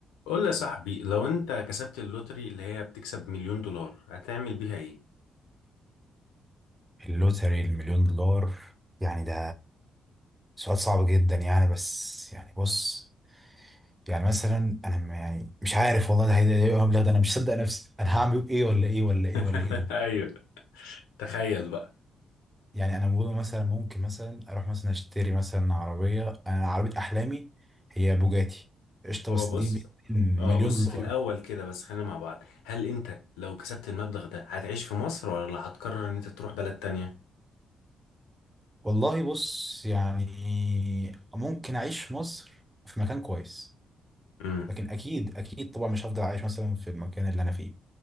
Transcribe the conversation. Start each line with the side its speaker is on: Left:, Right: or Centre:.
Left: قول لي يا صاحبي لو انت كسبت اللوتري اللي هي بتكسب مليون دولار هتعمل بيها ايه؟
Right: اللوتري المليون دولار يعني ده سؤال صعب جدا يعني بس يعني بص يعني مثلا انا م- يعني مش عارف والله ده هيبقى إيه المبلغ ده انا مش صدق نفسي انا هعمل ايه ولا ايه ولا ايه
Left: <laughs>
Right: ولا ايه دول
Left: ايوه تخيل بقى
Right: يعني انا بقول مثلا ممكن مثلا اروح مثلا اشتري مثلا عربيه انا عربيه احلامي هي بوجاتي قشطه
Left: هو
Right: بس
Left: بص
Right: دي ب مليون
Left: اه بص
Right: دولار
Left: في الاول كده بس خلينا مع بعض هل انت لو كسبت المبلغ ده هتعيش في مصر ولا هتقرر ان انت تروح بلد تانية؟
Right: والله بص يعني ممكن اعيش في مصر في مكان كويس
Left: امم
Right: لكن اكيد اكيد طبعا مش هفضل عايش مثلا في المكان اللي انا فيه